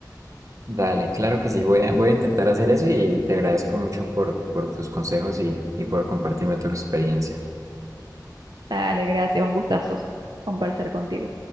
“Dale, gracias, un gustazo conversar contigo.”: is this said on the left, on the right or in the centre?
Right